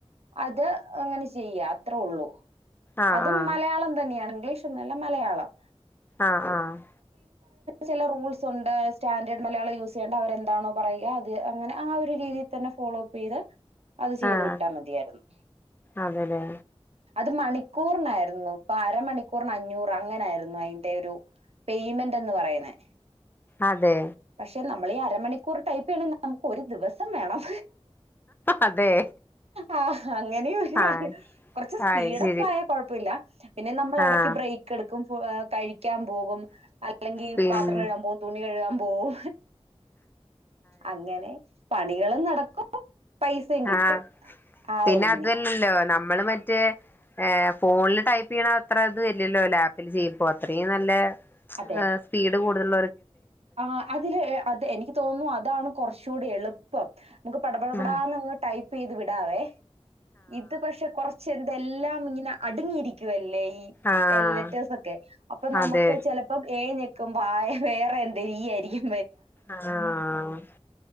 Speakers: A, on the right (about 70°); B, on the left (about 20°).
A: അത് അങ്ങ്നെ ചെയ്യാ ത്ര ഉള്ളൂ
B: ആഹ്
A: അതും
B: ആഹ്
A: മലയാളം തന്ന്യാണ് ഇംഗ്ലീഷൊന്നുവല്ല മലയാളം
B: ആഹ് ആഹ്
A: ചെല റൂൾസ് ഒണ്ട് സ്റ്റാൻഡേ മലയാളം യൂസെയ്യണ്ട അവരെന്താണോ പറയുക അത് അങ്ങനെ ആ ഒരു രീതീൽ തന്നെ ഫോളോപ്പെയ്ത് അത് ചെയ്ത്
B: ആഹ്
A: വിട്ടാൽ മതിയായിരുന്നു
B: അതെല്ലേ
A: അത് മണിക്കൂർനായിരുന്നു ഇപ്പൊ അരമണിക്കൂറിന് അഞ്ഞൂറ് അങ്ങനാരുന്നു അയ്ന്റെ ഒരു പേയ്മെന്റ് എന്ന് പറയുന്നെ
B: അതെ
A: പക്ഷെ നമ്മളീ അരമണിക്കൂർ ടൈപെയ്യണെങ്കിൽ നമുക്ക് ഒരു ദിവസം വേണം
B: അതെ
A: ആ അങ്ങനെയു ഒരു
B: ആഹ
A: കാര്യം കുർച്ച് സ്പീഡപ്പായ
B: ആയി ശരി
A: കുഴപ്പൊയില്ല പിന്നെ നമ്മളെടക്ക്
B: ആഹ
A: ബ്രേക്ക് എടുക്കും കഴിക്കാൻ പോകും അല്ലെങ്കി
B: പിന്നെ
A: പത്രം കഴ്കാൻ പോകും തുണി കഴുകാം പോം അങ്ങനെ പണികളും നടക്കും പൈസയും കിട്ടും
B: ആഹ്
A: ആ
B: പിന്നെ
A: ഒരു
B: അതു
A: രീതി
B: അല്ലല്ലോ നമ്മള് മറ്റേ ഏ ഫോണില് ടൈപ്പെയ്യ്ണ അത്ര ഇത് വരില്ലല്ലോ ലാപ്പിൽ ചെയ്യുമ്പോ അത്രയും നല്ല
A: അതെ
B: ആഹ് സ്പീ ട് കൂട്തല്
A: ആ അതില് അത് എനി തോന്നു അതാണ് കൊർച്ച കൂടി എളുപ്പം നമുക്ക് പടാ പടാ പടാ
B: ആഹ
A: ന്നങ്ങ് ടൈ ഇപ്പൊത് വിടാവേ ഇത് പക്ഷെ കൊറച്ച് ഇതെല്ലാം ഇങ്ങനെ അടുങ്ങിയിരിക്കുവല്ലേ
B: ആഹ
A: ലെറ്റേർസ് ഒക്കെ അപ്പൊ നമുക്ക്
B: അതെ
A: ചിലപ്പോ എ ക്കും പായ വേറെ എ <unintelligible>
B: ആഹ്